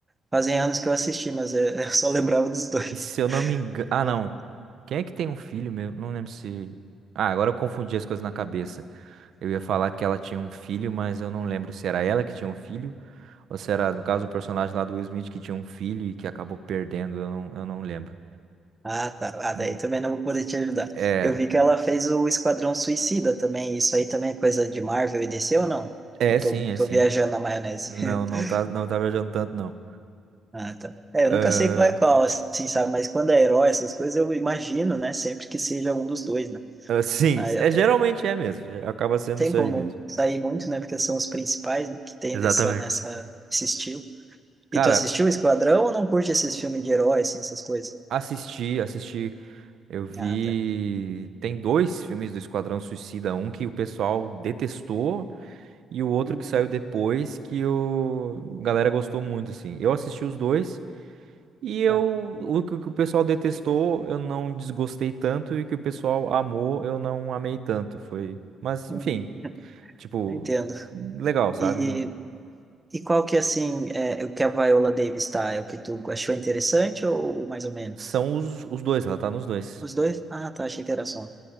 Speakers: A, on the right; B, on the right.
A: fazem anos que eu assisti, mas é, <laughs> eu só lembrava dos dois.
B: E se eu não me engano. Ah,
A: <laughs>
B: não. Quem é que tem um filho mesmo? Não lembro se. Ah, agora eu confundi as coisas na cabeça. Eu ia falar que ela tinha um filho, mas eu não lembro se era ela que tinha um filho. Ou se era, no caso, o personagem lá do Will Smith que tinha um filho e que acabou perdendo. Eu não, eu não lembro.
A: Ah, tá. Ah,
B: Hum,
A: daí também não vou poder te ajudar.
B: É,
A: Eu vi que ela fez o Esquadrão Suicida também. Isso aí também é coisa de Marvel e DC ou não?
B: é
A: Eu tô,
B: sim, é
A: tô
B: sim.
A: viajando na maionese.
B: Não,
A: <laughs>
B: não tá, não tá viajando tanto, não.
A: Ah, tá. É, eu
B: Ah,
A: nunca sei qual é qual, assim, sabe? Mas quando é herói, essas coisas, eu imagino, né? Sempre que seja um dos dois, né?
B: ah, <laughs> sim,
A: Aí
B: é,
A: até
B: geralmente é mesmo. Acaba sendo
A: tem
B: isso
A: como
B: aí mesmo.
A: sair muito, né? Porque são os principais que tem
B: Exatamente.
A: nessa, nessa, esse estilo.
B: Cara,
A: E tu assistiu Esquadrão ou não curte esses filmes de herói, assim, essas coisas?
B: assisti, assisti. Eu vi.
A: Ah, tá.
B: Tem dois filmes do Esquadrão Suicida, um que o pessoal detestou e o outro
A: Hum,
B: que saiu depois que o a galera gostou muito, assim. Eu assisti os dois e eu
A: tá.
B: o que o que o pessoal detestou eu não desgostei tanto e o que o pessoal amou eu não amei tanto. Foi, mas
A: Hum,
B: enfim, tipo,
A: eu <laughs> entendo.
B: legal, sabe?
A: E,
B: Não-
A: e qual que, assim, é o que a Viola Davis tá? É o que tu achou interessante ou mais ou menos?
B: São os, os dois, ela tá nos dois.
A: Os dois? Ah, tá, achei que era só.